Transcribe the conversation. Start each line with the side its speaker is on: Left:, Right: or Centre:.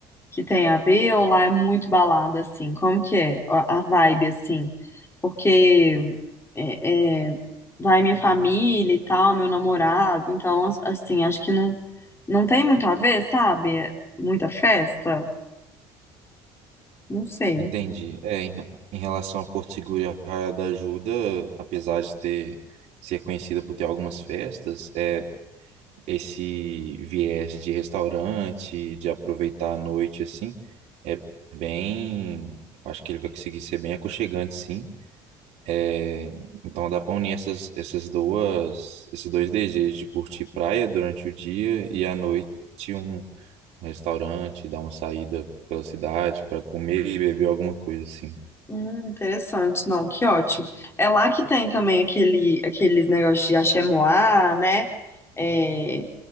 Left: que tem a ver ou lá é muito balada, assim? Como que é a a vibe, assim? Porque é, é, vai minha família e tal, meu namorado, então, as- assim, acho que não, não tem muito a ver, sabe? É Muita festa? Não sei.
Right: Entendi. É, em, em relação a Porto Seguro e a Raia da Ajuda, apesar de ter ser conhecida por ter algumas festas, é esse viés de restaurante, de aproveitar a noite assim, é bem, acho que ele vai conseguir ser bem aconchegante, sim. É, então dá para unir essas, essas duas, esses dois desejos de curtir praia durante o dia e à noite um, um restaurante, dar uma saída pela cidade para comer e beber alguma coisa assim.
Left: Hum, interessante, não, que ótimo. É lá que tem também aquele, aqueles negócios de axé-moá, né? É,